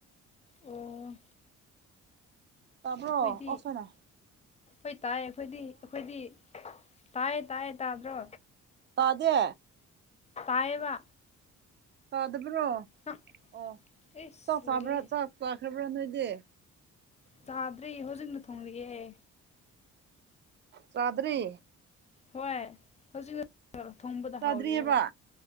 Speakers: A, on the left (about 20°); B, on the right (about 35°).
A: ꯑꯣ
B: ꯇꯥꯕ꯭ꯔꯣ
A: ꯑꯩꯈꯣꯏꯗꯤ
B: ꯑꯣꯁꯣꯏꯅ
A: ꯍꯣꯏ ꯇꯥꯏꯌꯦ ꯑꯩꯈꯣꯏꯗꯤ ꯑꯩꯈꯣꯏꯗꯤ ꯇꯥꯏꯌꯦ ꯇꯥꯏꯌꯦ ꯇꯥꯗ꯭ꯔꯣ
B: ꯇꯥꯗꯦ
A: ꯇꯥꯏꯌꯦꯕ
B: ꯇꯥꯗꯕ꯭ꯔꯣ
A: ꯅꯪ
B: ꯑꯣ
A: ꯏꯁ
B: ꯆꯠ ꯆꯕ꯭ꯔꯣ
A: ꯂꯣꯏꯔꯦꯍꯦ
B: ꯆꯠ ꯄꯥꯈ꯭ꯔꯕ꯭ꯔꯥ ꯅꯣꯏꯗꯦ
A: ꯆꯥꯗ꯭ꯔꯤ ꯍꯧꯖꯤꯛꯅ ꯊꯣꯡꯂꯤꯑꯦ
B: ꯆꯥꯗꯔꯤ
A: ꯍꯣꯏ ꯍꯧꯖꯤꯛ ꯈꯛꯇꯦ ꯊꯣꯡꯕꯗ
B: ꯆꯥꯗ꯭ꯔꯤꯑꯕ
A: ꯍꯥꯎꯔꯤꯑꯕ